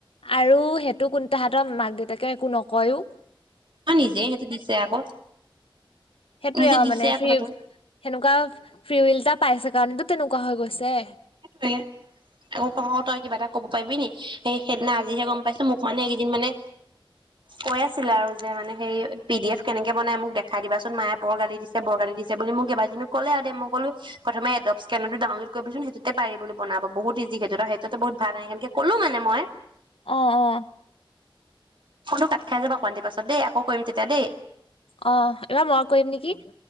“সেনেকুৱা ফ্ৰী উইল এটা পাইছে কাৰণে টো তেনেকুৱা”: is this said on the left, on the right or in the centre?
Left